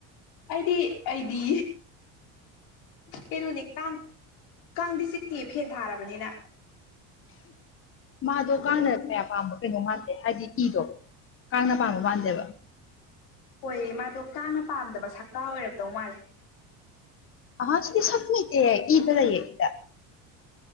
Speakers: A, on the left; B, on the left.
A: ꯑꯩꯗꯤ ꯑꯩꯗꯤ ꯀꯩꯅꯣꯅꯦ ꯇꯥꯡ ꯀꯥꯡꯗꯤ ꯆꯤꯛꯇꯤ ꯐꯦꯟ ꯊꯥꯔꯕꯅꯤꯅ
B: ꯃꯥꯗꯣ ꯀꯥꯡꯅ ꯀꯌꯥ ꯄꯥꯝꯕ ꯀꯩꯅꯣ ꯉꯥꯟꯇꯦ ꯍꯥꯏꯗꯤ ꯏꯗꯣ ꯀꯥꯡꯅ ꯄꯥꯝꯕ ꯃꯥꯟꯗꯦꯕ
A: ꯍꯣꯏꯌꯦ ꯃꯥꯗꯣ ꯀꯥꯡꯅ ꯄꯥꯝꯗꯕ ꯁꯛꯀꯥ ꯑꯣꯏꯔꯕꯗꯧ ꯃꯥꯜꯂꯦ
B: ꯑ ꯁꯤꯗꯤ ꯁꯃꯇ ꯏꯗꯔ ꯌꯦꯗ